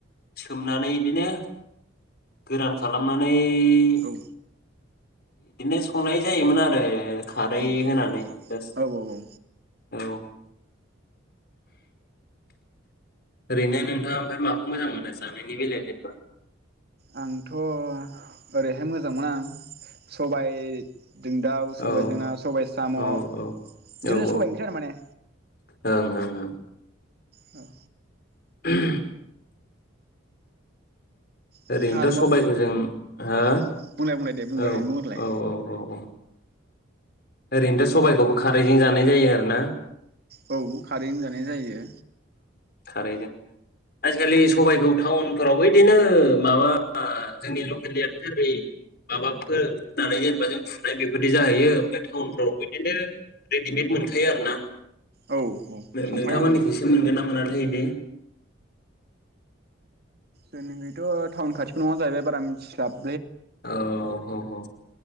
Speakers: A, on the left (about 50°); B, on the right (about 50°).
A: सोमनानै बिदिनो गोरान खालामनानै
B: औ
A: बिदिनो संनाय जायोमोन आरो खारै
B: औ
A: होनानै। जास्ट
B: औ औ औ।
A: औ ओरैनो नोंथाङा ओमफ्राय माखौ मोजां मोनो जानायनि बेलायाव जेनेबा?
B: आंथ ओरैहाय मोजां मोना सबाइ जों दाउ सबाइ
A: औ
B: जों ना सबाइ साम जोखिजाया
A: औ औ औ
B: सबाइ ओंख्रि आरो माने।
A: ओं ओं ओं।
B: औ।
A: <unintelligible>
B: नोंथाङा
A: ओरैनोथ
B: आरोबाव
A: सबायखौ जों हो
B: औ बुंलाय बुंलाय दे बुंग्रोनानै
A: औ
B: बुंग्रोलाय
A: औ औ औ औ। ओरैनोथ सबाइखौबो खारैजों जानाय जायो आरो ना।
B: औ खारैजों जानाय जायो।
A: आजि खालि सबाइखौ टाउनफोरावबो बिदिनो माबा जोंनि लकेलनियाथ जेरै माबाफोरनानै जेनेबा जों फुनाय बेफोरबायदि जाहैयो ओमफाय टाउनफ्राव बिदिनो रेडिमेद मोनखायो आरो ना।
B: औ औ
A: नो-नोंथांमोननिखौसो
B: संखानाय माने
A: मोनगोन ना मोना थाय इदि
B: जोंनिनिथ टाउन खाथिबो नङा जाहैबाय बारा मिथिस्लाब
A: औ औ औ